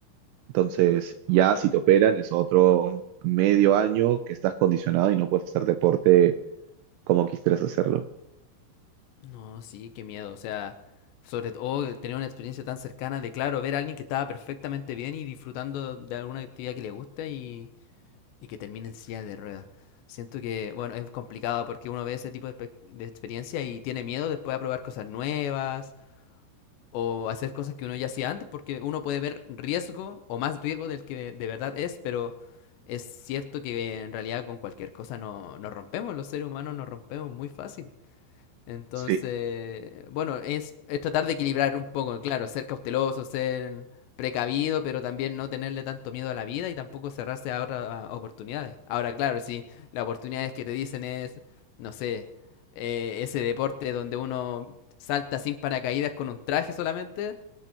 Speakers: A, on the right (about 85°); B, on the left (about 80°).
A: Entonces, ya si te operan es otro medio año que estás condicionado y no puedes hacer deporte como quisieras hacerlo.
B: No, sí, qué miedo. O sea, sobre todo tener una experiencia tan cercana de, claro, ver a alguien que estaba perfectamente bien y disfrutando de alguna actividad que le gusta y, y que termine en silla de ruedas. Siento que, bueno, es complicado porque uno ve ese tipo de, espe- de experiencia y tiene miedo después a probar cosas nuevas o hacer cosas que uno ya hacía antes porque uno puede ver riesgo o más riesgo del que de verdad es, pero es cierto que en realidad con cualquier cosa no, nos rompemos, los seres humanos nos rompemos muy fácil. Entonces,
A: Sí,
B: bueno, es, es tratar de equilibrar un poco, claro, ser cauteloso, ser precavido, pero también no tenerle tanto miedo a la vida y tampoco cerrarse a otras a oportunidades. Ahora, claro, si las oportunidades que te dicen es, no sé, eh, ese deporte donde uno salta sin paracaídas con un traje solamente,